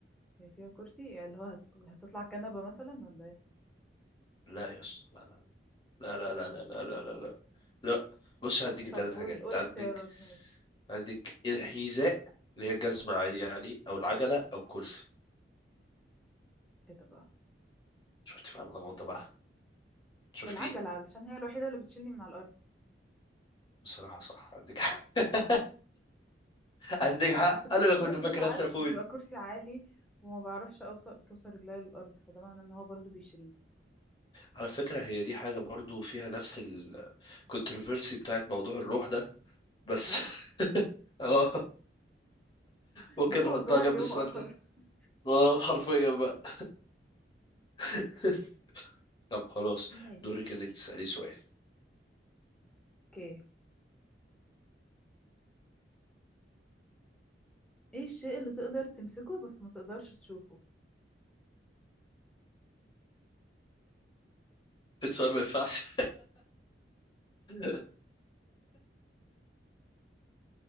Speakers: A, in the centre; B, on the left.
A: هي فيها كرسي يعني اللي هو هت... هتطلع كنبة مثلا ولا ايه
B: لا يا اسطى لا لا لا لا لا لا لا لا لا لا لا بص هديك
A: طب
B: تلات
A: قول
B: حاجات
A: قول
B: عندك
A: اختيارات ماشي
B: عندك الحذاء اللي هي الجزمة عادي يعني او العجلة او الكرسي
A: ايه ده بقى
B: شفت بقى اللخبطة بقى شفت
A: العجلة
B: ايه
A: علشان هي الوحيدة اللي بتشيلني من على الأرض
B: بصراحة صح عندك حق <laughs> عندك حق
A: بس الكرسي
B: انا اللي كنت
A: برضو
B: فاكر
A: ساعات
B: اسال فويد
A: بيبقى كرسي عالي وما بعرفش اوصل توصل رجلي للأرض فده معناه ان هو برضو بيشيلني
B: على فكرة هي دي حاجة برضو فيها نفس الكونتروفيرسي بتاعت موضوع الروح ده بس
A: صح
B: <laughs> اه ممكن
A: ده موضوع
B: نحطها جنب
A: اليوم
B: السؤال
A: آخر
B: ده
A: <laughs>
B: اه حرفيا بقى <laughs> طب خلاص
A: ماشي
B: دورك انك تسألي سؤال
A: اوكي ايه الشيء اللي تقدر تمسكه بس ما تقدرش تشوفه
B: السؤال ما ينفعش <laughs>